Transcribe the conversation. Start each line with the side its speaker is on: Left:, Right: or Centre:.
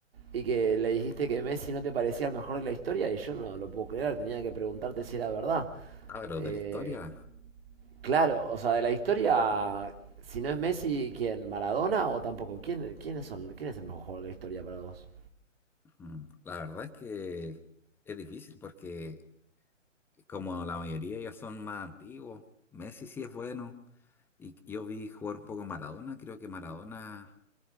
Right: y que le dijiste que Messi no te parecía el mejor de la historia y yo no lo puedo creer, tenía que preguntarte si era verdad.
Centre: Ah, pero
Right: Eh,
Centre: de la historia,
Right: claro, o sea, de la historia, si no es Messi, ¿quién? ¿Maradona o tampoco? ¿Quién, quiénes son, quién es el mejor jugador de la historia para vos?
Centre: mm, la verdad es que es difícil porque Como la mayoría ya son más antiguos, Messi sí es bueno. Y yo vi jugar un poco Maradona. Creo que Maradona